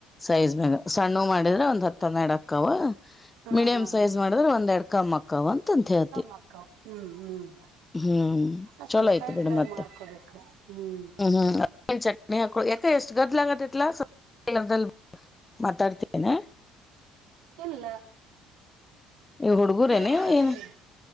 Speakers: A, on the left; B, on the right.
A: ಸೈಜ್ ಮ್ಯಾಗ ಸಣ್ಣ ಮಾಡಿದ್ರೆ ಒಂದ್ ಹತ್ತ ಹನ್ನೆರಡ್ ಅಕ್ಕಾವ
B: ಹಾ
A: ಮೀಡಿಯಂ
B: ಹಾ
A: ಸೈಜ್
B: ಹಾ
A: ಮಾಡಿದ್ರೆ ಒಂದ್ ಎಡ್ ಕಮಕ್ಕಾವ ಅಂತಂತ ಹೇಳ್ತಿ
B: ಅಕ್ಕಾವ ಹ್ಮ್ ಹ್ಮ್
A: ಹ್ಮ್
B: ಅಷ್ಟೇ
A: ಚಲೋ ಆಯ್ತು
B: ಸೈಜ್
A: ಬಿಡ
B: ಮ್ಯಾಗ
A: ಮತ್ತ
B: ಮಾಡ್ಕೋಬೇಕು ಹ್ಮ್
A: ಹ ಚಟ್ನಿ ಹಾಕ ಯಾಕ ಎಷ್ಟು ಗದ್ದಲ ಆಗತ್ತತ್ಲ <inaudible> ಮಾತಾಡ್ತೀಎನ
B: ಇಲ್ಲಾ
A: <inaudible> ಈ ಹುಡ್ಗುರ ಏನವ
B: ಹೊರಗ
A: ಏನು
B: ಬಂದೇನಿ